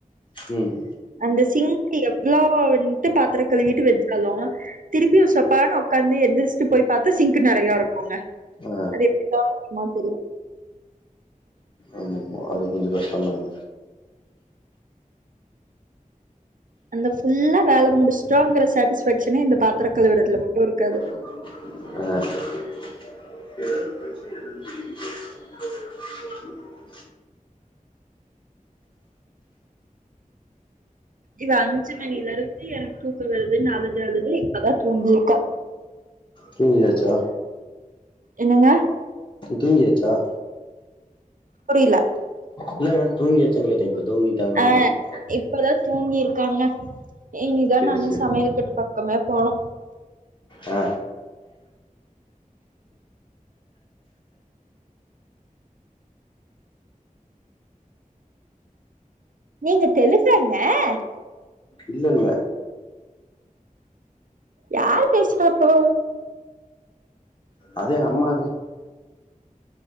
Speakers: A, on the left; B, on the right.
A: ம்
B: அந்த சிங்க் எவ்ளோ வன்ட்டு பாத்ரோ கழுவீட்டு வெச்சாலு திருப்பியு சப்பானு உக்காந்து எந்திரிச்சிட்டு போய் பாத்தா சிங்க் நெறையா இருக்குங்க
A: ஆ
B: அது எப்டி தா <inaudible> தோழி
A: ஆமா ஆமா அது கொஞ்ச கஷ்ட தாங்க
B: அந்த ஃபுல்லா வேல முடிச்ட்டோங்கற சாட்டிஸ்பேக்க்ஷனே இந்த பாத்திர கழுவரதுல மட்டு இருக்காது
A: அ
B: இவ அஞ்சு மணில இருந்து எனக்கு தூக்க வருது அழுது அழுது இப்பதா தூங்கியிருக்க
A: தூங்கியாச்சா
B: என்னங்க
A: தூங்கியாச்சா
B: புரில
A: இல்ல தூங்கியாச்சா கேட்ட இப்ப தூங்கிட்டாங்களான்னு
B: ஆ
A: கேட்ட
B: இப்பதா தூங்கிருக்காங்க இனிதா
A: கேட்டே
B: நானு
A: சேரி சேரி
B: சமையல்கட்டு பக்கமே போனு
A: ஆ
B: நீங்க தெலுங்கா க
A: இல்ல இல்ல
B: யார் பேசுறப்போ
A: அதே அம்மா